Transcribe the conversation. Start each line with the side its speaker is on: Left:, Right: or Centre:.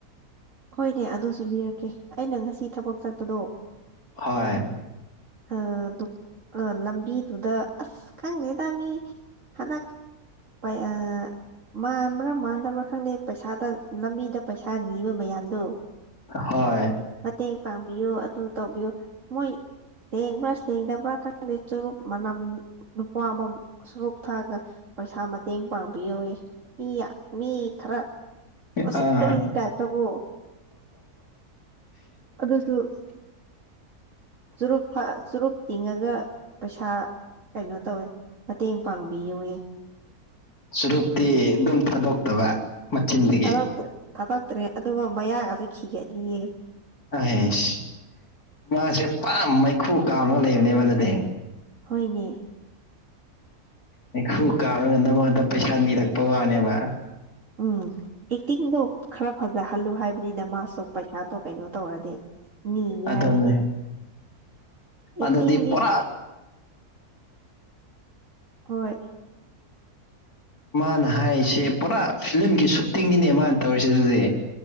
Right: ꯍꯣꯏꯅꯦ ꯑꯗꯨꯁꯨ ꯂꯤꯔꯛꯀꯦ ꯑꯩꯅ ꯉꯁꯤ ꯊꯕꯛ ꯆꯠꯄꯗꯣ
Left: ꯍꯣꯏ
Right: ꯑ ꯗꯨꯛꯑ ꯂꯝꯕꯤꯗꯨꯗ ꯑꯁ ꯈꯪꯗꯦꯗꯥ ꯃꯤ ꯍꯟꯗꯛ ꯄꯥꯏ ꯑ ꯃꯥꯟꯕ꯭ꯔꯥ ꯃꯥꯟꯗꯕ꯭ꯔꯥ ꯈꯪꯗꯦ ꯄꯩꯁꯥꯗ ꯂꯝꯕꯤꯗ ꯄꯩꯁꯥ ꯅꯤꯕ ꯃꯌꯥꯝꯗꯣ
Left: ꯍꯣꯏ
Right: ꯃꯇꯦꯡ ꯄꯥꯡꯕꯤꯌꯨ ꯑꯗꯨ ꯇꯧꯕꯤꯌꯨ ꯃꯣꯏ ꯁꯦꯡꯕ꯭ꯔꯥ ꯁꯦꯡꯗꯕ꯭ꯔ ꯈꯪꯗꯦ ꯆꯨꯔꯨꯞ ꯃꯅꯝ ꯅꯨꯄꯥ ꯑꯃ ꯁꯨꯔꯨꯞ ꯊꯥꯛꯑꯒ ꯄꯩꯁꯥ ꯃꯇꯦꯡ ꯄꯥꯡꯕꯤꯌꯣꯌꯦ ꯃꯤ ꯌꯥ ꯃꯤ ꯈꯔ ꯎꯁꯤꯠꯇꯕꯒꯤ
Left: ꯑꯥ
Right: ꯇꯥꯏꯞꯇꯒꯣ ꯑꯗꯨꯁꯨ ꯆꯨꯔꯨꯞ ꯐꯥ ꯆꯨꯔꯨꯞ ꯆꯤꯡꯉꯒ ꯄꯩꯁꯥ ꯀꯩꯅꯣ ꯇꯧꯋꯦ ꯃꯇꯦꯡ ꯄꯥꯡꯕꯤꯌꯨꯌꯦ
Left: ꯆꯨꯔꯨꯞꯇꯤ ꯑꯗꯨꯝ ꯊꯥꯗꯣꯛꯇꯕ ꯃꯆꯤꯟꯗꯒꯤ
Right: ꯊꯥꯗꯣꯛꯇ꯭ꯔꯦ ꯊꯥꯗꯛꯇ꯭ꯔꯦ ꯑꯗꯨꯒ ꯃꯌꯥꯒꯁꯨ ꯈꯤꯒꯠꯂꯤꯌꯦ
Left: ꯍꯦꯁ ꯃꯥꯁꯦ ꯄꯨꯔꯥ ꯃꯩꯈꯨ ꯀꯥꯕꯒꯥ ꯂꯩꯕꯅꯦꯕ ꯑꯗꯨꯗꯤ
Right: ꯍꯣꯏꯅꯦ
Left: ꯃꯩꯈꯨ ꯀꯥꯝꯔꯒꯥ ꯅꯪ ꯂꯉꯣꯟꯗ ꯄꯩꯁꯥ ꯅꯤꯔꯛꯄ ꯋꯥꯅꯦꯕ
Right: ꯎꯝ ꯑꯦꯛꯇꯤꯡꯗꯣ ꯈꯔ ꯐꯖꯍꯜꯂꯨ ꯍꯥꯏꯕꯅꯤꯗꯥ ꯃꯥꯁꯨ ꯄꯩꯁꯥꯗꯣ ꯀꯩꯅꯣ ꯇꯧꯔꯗꯤ ꯅꯤꯒꯦ
Left: ꯑꯗꯨꯅꯦ
Right: ꯍꯥꯏꯔꯗꯤ ꯑꯦꯛꯇꯤꯡꯗꯤ
Left: ꯑꯗꯨꯗꯤ ꯄꯨꯔꯥ
Right: ꯍꯣꯏ
Left: ꯃꯥꯅ ꯍꯥꯏꯔꯤꯁꯦ ꯄꯨꯔꯥ ꯐꯤꯂꯝꯒꯤ ꯁꯨꯇꯤꯡꯒꯤꯅꯦ ꯃꯥꯅ ꯇꯧꯔꯤꯁꯦ ꯑꯗꯨꯗꯤ